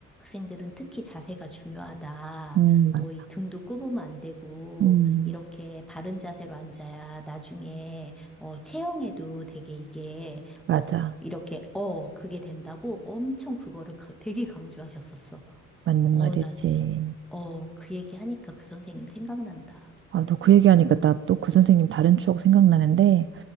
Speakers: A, in the centre; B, on the right (about 45°).
A: 여학생들은 특히 자세가 중요하다.
B: 음, 맞,
A: 너 이 등도 굽으면 안 되고
B: 음,
A: 이렇게 바른 자세로 앉아야 나중에 어, 체형에도 되게 이게
B: 맞아.
A: 어, 이렇게 어, 그게 된다고 엄청 그거를 가- 되게 강조하셨었어.
B: 맞는
A: 어,
B: 말이지.
A: 나 네가 어, 그 얘기하니까 그 선생님 생각난다.
B: 아, 너 그 얘기하니까
A: 음.
B: 나 또 그 선생님 다른 추억 생각나는데,